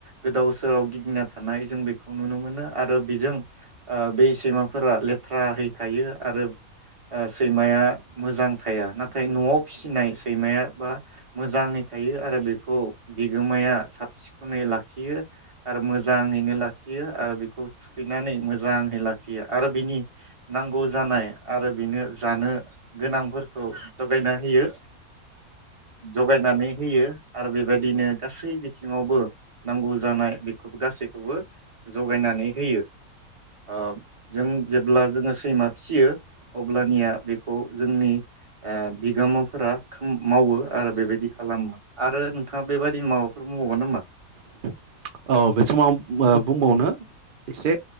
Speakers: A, on the right; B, on the right.
A: गोदाव सोराव गिदिंना थानाय जों बेखौ नुनो मोनो आरो बेजों ओ बे सैमाफोरा लेथ्रााहै थायो आरो ओ सैमाया मोजां थाया नाथाय नआव फिसिनाय सैमायाबा मोजाङै थायो आरो बेखौ बिगोमाया साब सिखोनै लाखियो आरो मोजाङैनो लाखियो आरो बेखौ थुखैनानै मोजाङै लाखियो आरो बिनि नांगौ जानाय आरो बेनो जानो गोनांफोरखौ <unintelligible> होयो जगायनानै होयो आरो बेबायदिनो गासै बिथिङावबो नांगौ जानाय बेखौ गासैखौबो जगायनानै होयो ओ जों जेब्ला जोङो सैमा फिसियो। अब्लानिया बेखौ जोंनि ओ बिगोमाफोरा उम मावो आरो बेबायदि खालामो आरो नोंथाङा बेबायदिनो माबाफोर बुंबावगोन नामा?
B: औ बे समाव ओब ओ बुंबावनो इसे